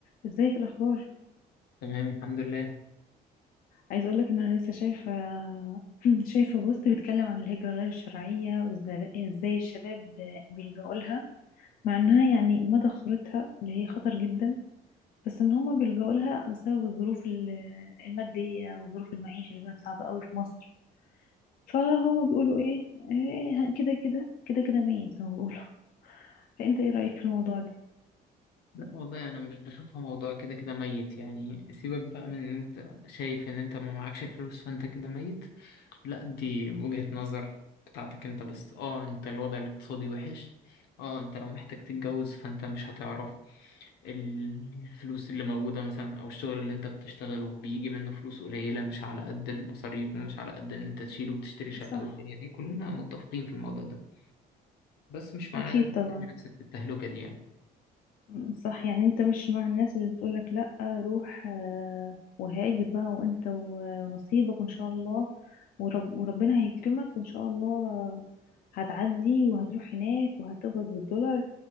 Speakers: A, on the left; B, on the left.
A: ازيك الاخبار
B: تمام الحمد لله
A: عايزه اقولك ان انا لسه شايفه <clears throat> شايفه بوست بيتكلم عن الهجره غير الشرعيه وازاي إزاي الشباب بيلجأوا لها مع انها يعني مدى خطورتها اللي هي خطر جدا بس ان هما بيلجأوا لها بسبب الظروف ال- الماديه وظروف المعيشه اللي بقت صعبه قوي في مصر فهما بيقولوا ايه إيه، كده كده كده كده ميت زي ما بيقولوا <laughs> فانت ايه رايك في الموضوع ده
B: لا والله انا مش بشوفها موضوع كده كده ميت يعني سيبك بقى من ان انت شايف ان انت ما معكش فلوس فانت كده ميت لا دي وجهة نظر بتاعتك انت بس اه انت الوضع الاقتصادي وحش اه انت لو محتاج تتجوز فانت مش هتعرف الفلوس اللي موجودة مثلا او الشغل اللي انت بتشتغله بيجي منه فلوس قليلة مش على قد المصاريف ومش على قد ان انت تشيله وتشتري شقة
A: صح
B: والدنيا دي كلنا متفقين في الموضوع ده بس مش معناه
A: اكيد
B: ان انت
A: طبعا
B: ترمي نفسك في التهلكة دي يعني
A: مم، صح يعني انت مش مع الناس اللي بتقولك لأ روح آه، وهاجر بقى وانت و- ونصيبك وان شاء الله ورب وربنا هيكرمك وان شاء الله هتعدي وهتروح هناك وهتقبض بالدولار